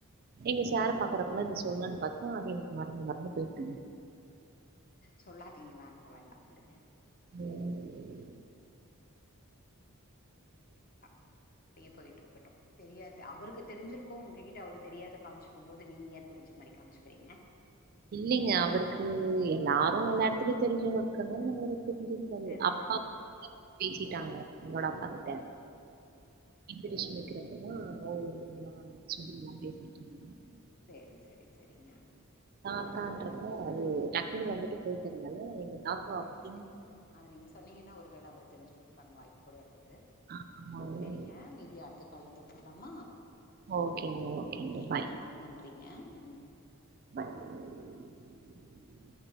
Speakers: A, on the right; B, on the left.
A: எங்க சேர பாக்கறப்பல்லா இது சொல்லான் பாத்தா அது எனக்கு மறந்து மறந்து போயிருது
B: சொல்லாதீங்க வேண்டா வேண்டா விடுங்க
A: ம்
B: ம் சொல்லவே வேண்டா அது அப்டியே போய்ட்டு இருக்கட்டு தெரியாது அவருக்கு தெரிஞ்சிருக்கு உங்ககிட்ட அவரு தெரியாத காமிச்சுக்கும் போது நீ ஏ தெரிஞ்ச மாரி காம்ச்சுக்கிறீங்க
A: இல்லைங்க அவருக்கு எல்லாரு எல்லா எடத்துலயு தெரிஞ்சவங்க இருக்கனால நம்ம <unintelligible> தெரிஞ்சிருக் காது
B: தெரிஞ்சிருக்காது
A: அப்பா <inaudible> பேசிட்டாங்க என்னோட அப்பா
B: ம்
A: கிட்ட
B: ம் ம் ம்
A: இன்விட்டேஷன் வக்கிறப்பதா ஓ
B: ம்
A: <unintelligible> பேசிட்ருந்தே
B: செரி செரி சரிங்க
A: தாத்தான்றப்ப அது டக்குனு வந்துட்டு போயிட்டுந்தல எங்க தாத்தா
B: சேரி
A: அப்டின்
B: சேரி சேரி அத நீங்க சொன்னிங்கன்னா ஒரு வேள அவரு தெரிஞ்சுக்கிறதுக்கான வாய்ப்பு கூட இருக்குது
A: ஆமாங்க
B: ங்க மீதி அடுத்த கால்ல தொடரலாமா
A: ஓகேங்க, ஓகேங்க.
B: ஓக்கேங்க
A: பாய்,
B: நன்றிங்க ம்
A: பாய்